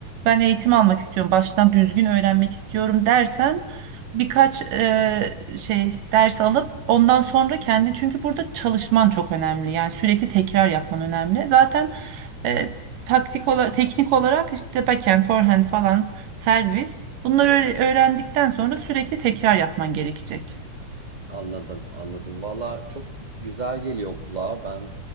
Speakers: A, on the right; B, on the right.
A: ben eğitim almak istiyorum baştan düzgün öğrenmek istiyorum dersen birkaç e, şey ders alıp ondan sonra kendi çünkü burada çalışman çok önemli yani sürekli tekrar yapman önemli zaten e, taktik olarak teknik olarak işte backhand forehand falan servis. Bunları öğre- öğrendikten sonra sürekli tekrar yapman gerekecek.
B: Anladım, anladım. Valla çok güzel geliyor kulağa. Ben